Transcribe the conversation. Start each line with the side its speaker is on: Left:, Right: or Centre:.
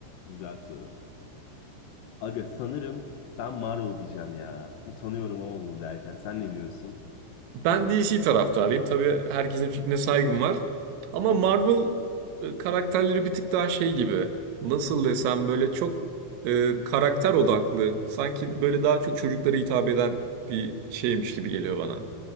Left: güzel soru. Aga sanırım ben Marvel diyeceğim ya. Utanıyorum ama bunu derken. Sen ne diyorsun?
Right: Ben DC taraftarıyım. Tabii herkesin fikrine saygım var. Ama Marvel e, karakterleri bir tık daha şey gibi. Nasıl desem böyle çok e, karakter odaklı. Sanki böyle daha çok çocuklara hitap eden bir şeymiş gibi geliyor bana.